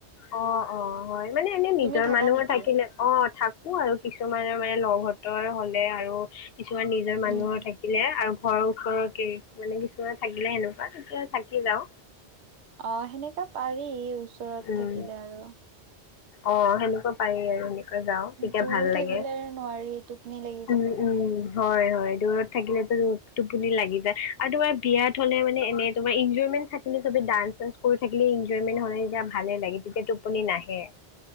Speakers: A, on the left; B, on the right.
A: অ' অ' হয় মানে এনে নিজৰ
B: তুমি থাকা
A: মানুহৰ
B: নেকি
A: থাকিলে অ', থাকো আৰু কিছুমানৰ মানে লগ হতঁৰ হ'লে আৰু কিছুমান নিজৰ মানুহৰ
B: উম
A: থাকিলে আৰু ঘৰৰ ওচৰৰ ঘৰৰ গিৰি মানে কিছুমান থাকিলে সেনেকুৱা তেতিয়া থাকি যাওঁ।
B: অ' সেনেকা পাৰি ওচৰত
A: উম,
B: থাকিলে আৰু,
A: অ' সেনেকুৱা, থাকিব পাৰি আৰু এনেকৈ যাওঁ তেতিয়া
B: দূৰ
A: ভাল লাগে।
B: থাকিলে নোৱাৰি টোপনি লাগি
A: উ'
B: যাব
A: উম' হয়' হয়' দূৰত থাকিলেটো টোপনি লাগি যায় আৰু তোমাৰ বিয়াত হ'লেও মানে এনে তোমাৰ এনজয়মেন্ট যদি চবে ডান্স চাঞ্চ কৰি থাকিলে এনজয়মেন্ট হয় তেতিয়া ভালেই লাগে। তেতিয়া টোপনি নাহে।